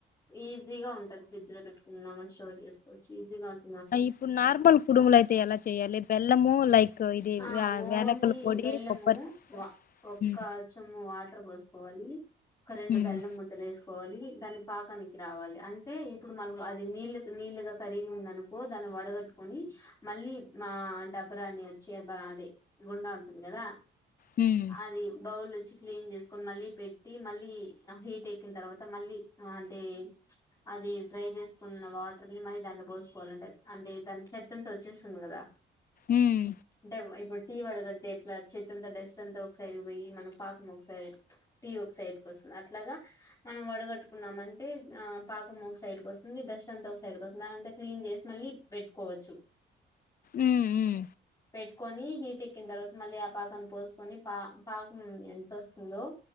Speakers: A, on the left; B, on the left.
A: ఈజీగా ఉంటది ఫ్రిడ్జ్ లో పెట్టుకుంటన్నామని స్టోర్ చేసుకోవచ్చు ఈజీగా ఉు
B: ఇప్పుడు నార్మల్ కుడుములు అయితే ఎలా చెయాలి బెల్లము లైక్ ఇది
A: ఆ
B: యా
A: ఓన్లీ
B: యాలకుల పొడి
A: బెల్లము
B: కొబ్బరి
A: ఒక్క
B: ఉమ్
A: చొమ్ము వాటర్ పోసుకోవాలి ఒకరెండు
B: హ్మ్
A: బెల్లం ముద్దులు వేస్ కోవాలి దాన్ని పాకానికి రావాలి అంటే ఇప్పుడు మళ్ అది నీళ్లు నీళ్లుగా కరిగి ఉంది అనుకో దాన్ని వడగట్టుకొని మళ్ళీ ఆ డబ్బరా అని చబా అది గుండా ఉంటుంది కదా
B: హ్మ్
A: అది బౌల్ వచ్చి క్లీన్ చేస్త ని మళ్ళీ పెట్టి మళ్ళీ హీట్ ఎక్కిన తర్వాత మళ్ళీ అంటే అది డ్రై చేసుకున్న వాటర్ని మళ్ళీ దాన్ని పోసుకోవాలంట అంటే దాని చెత్తంట వచ్చేస్తుంది కదా
B: ఉమ్
A: అంటే ఇప్పుడు టీ వడగడిగి ఎట్లా చెత్త అంతా డస్ట్ అంతా ఒక సైడ్ పోయి మనం పాకం ఒకసైడ్ టీ ఒక సైడ్ కోస్తుంది అట్లాగా మనం వడగట్టుకున్నామ అంటే ఆ పాకం ఒక సైడ్కి వస్తుంది డస్ట్ అంత ఒక సైడ్ వస్తుంది దానింతా క్లీన్ చేసి మళ్ళీ పెట్టుకోవచ్చు
B: ఉమ్
A: పెట్టుకొని హీట్ ఎక్కిన తర్వాత మళ్ళీ ఆ పాకన్ని పోసుకొని పా పాకం ఎంత వస్తుందో